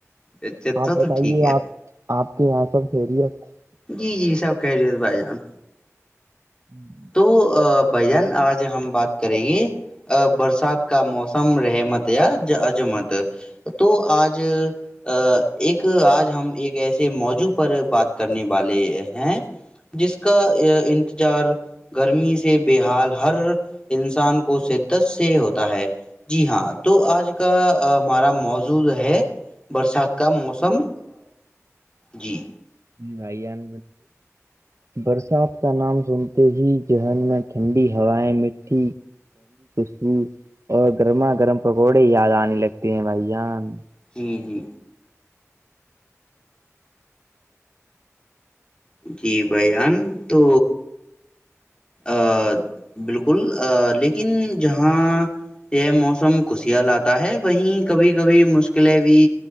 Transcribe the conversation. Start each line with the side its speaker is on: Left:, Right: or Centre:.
Left: اچھا
Right: آپ
Left: تو
Right: بتائیے
Left: تو ٹھیک ہے
Right: آپ آپ کے یہاں سب خیریت
Left: جی جی سب خیریت سے بھائی جان
Right: <inaudible>
Left: تو بھائی جان آج ہم بات کریں گے برسات کا موسم رحمت یا عجمت تو آج آ ایک آج ہم ایک ایسے موضوع پر بات کرنے والے ہیں جس کا انتظار گرمی سے بےحال ہر انسان کو شدت سے ہوتا ہے جی ہاں تو آج کا ہمارا موضوع ہے برسات کا موسم جی
Right: جی بھائی جان برسات کا نام سنتے ہی ذہن میں ٹھنڈی ہوائیں مل <unintelligible> اور گرما گرم پکوڑے ہی یاد آنے لگتے ہیں بھائی جان
Left: جی جی جی بھائی جان تو آ بالکل لیکن جہاں یہ موسم خوشیاں لاتا ہے وہیں کبھی کبھی مشکلیں بھی